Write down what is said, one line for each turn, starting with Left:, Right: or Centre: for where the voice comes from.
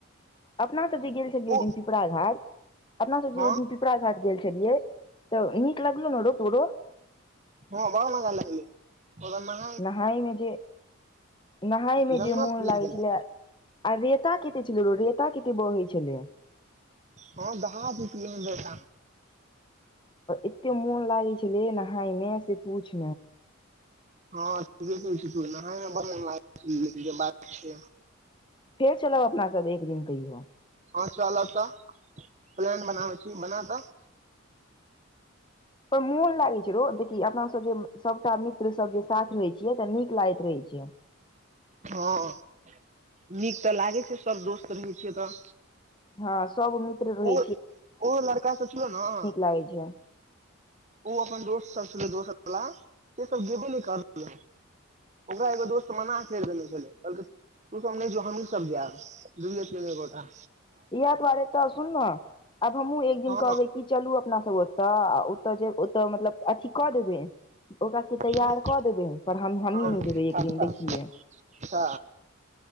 Left: अपना सब जे गेल छलियै ओहि
Right: ओ
Left: दिन पिपरा घार अपना सब जेहिन
Right: हँ
Left: कपड़ा घाट गेल छलियै तऽ नीक लगलो ने रो तोरो
Right: हँ ब ने ग ललै
Left: नहाय में जे नहाय मे
Right: जन्नत
Left: जे मोन
Right: मिल
Left: लागै
Right: गेलै
Left: छलै आ रेता कते छल र रेता कत ब होइ छलय
Right: हँ दहा <unintelligible>
Left: एते मोन लागे छले नहाय मे से पूछ
Right: हँ <unintelligible>
Left: फेर चलब अपना सब एक दिन कहियो
Right: हँ चलब तऽ प्लान बनाबै छी बना तऽ
Left: ओ मोन लागै छै रो देख कि अपना सब जे सबटा मित्र सब जे साथ रहै छियै तऽ नीक लागैत रहै छियै
Right: हँ नीक तऽ लागे छै सब दोस्त रहै छियै तऽ
Left: हँ सब मित्र रहै
Right: ओ ओ लड़का सोचियो नऽ
Left: खइ छै
Right: ओ अपन दोस्त सब छल दोसर बला से सब गेबे न करले ओकरा एगो दोस्त मना करि देने छलै बलक तू तने जो हमी सब जा दुइयै तीन दोटा
Left: इएह दुआरे तऽ सुन ने आब हमहुँ एक दिन
Right: हँ
Left: कहबै की चलू अपना सब ओतऽ आ ओतऽ जे ओतऽ मतलब अथी कऽ देबै ओकरा सबके तैयार
Right: हँ
Left: कऽ देबै पर हम हमही
Right: हँ
Left: नहि जेबै एक
Right: अच्छा
Left: दिन देखियै
Right: अच्छा